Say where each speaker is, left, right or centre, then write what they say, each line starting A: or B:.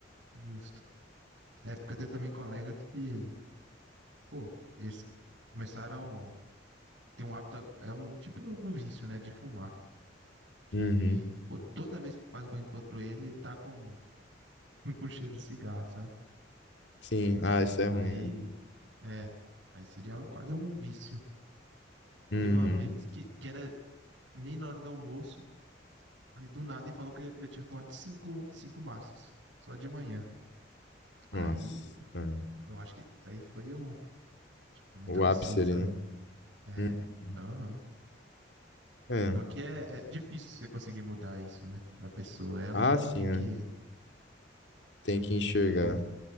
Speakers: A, on the right (about 70°); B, on the left (about 65°).
A: justo. É, porque tem também colegas que, pô, eles começaram. tem um hábito, é um tipo um vício, né, de fumar, que
B: Uhum.
A: pô, toda vez que quase que eu encontro ele, ele tá com <laughs> com cheiro de cigarro, sabe?
B: Sim, ah, isso é
A: Aí
B: ruim. né?
A: é, aí seria quase um vício.
B: Uhum.
A: Teve uma vez que, que era nem na hora do almoço, aí do nada ele falou que ele já tinha fumado cinco, cinco maços, só de manhã. Aí
B: Nossa, é.
A: eu acho que aí foi um, muito
B: O
A: absurdo,
B: ápice ali,
A: sabe?
B: né?
A: É,
B: Uhum.
A: aham.
B: É.
A: Só que é, é difícil você conseguir mudar isso, né, na pessoa. Ela
B: Ah,
A: mesmo
B: sim,
A: tem que,
B: é. Tem que
A: tem que
B: enxergar.
A: ver